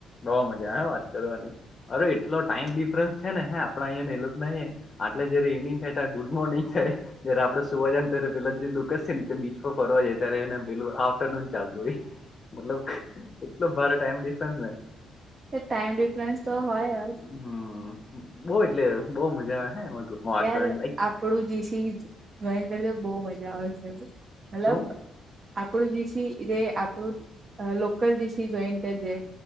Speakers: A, on the left; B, on the right.
A: બઉ મજા હહ વાત કરવાની. અરે એટલો ટાઈમ ડિફરન્સ. છે ને હે આપડા અહંને એ લોકો નહી આટલે જય્યારે ઇવનિંગ થાય ત ગુડ મોર્નિંગ થાય. તે આપણે સુવા જાય ને ત્યારે લક્ઝરી લુકે બીચ ફરવા જતા રહે ને પેલ આફ્ટરનૂન ચાલતું હોય. મતલબ એટલો ભારે ટાઈમ ડિફરન્સ ને.
B: તો ટાઈમ ડિફરન્સ તો હોય જ.
A: હમ બઉ એટલે બહુ મજા આવે. હે એમાં ગ્રુપમાં વાત
B: યાર
A: કરવાની લાઈક
B: આપણું જીસી જોઈંગ કરી બહુ મજા આવે છે. મતલબ
A: શું
B: આપણું જીસી જે આપણું લોકલ જીસી જોઈન કરજે.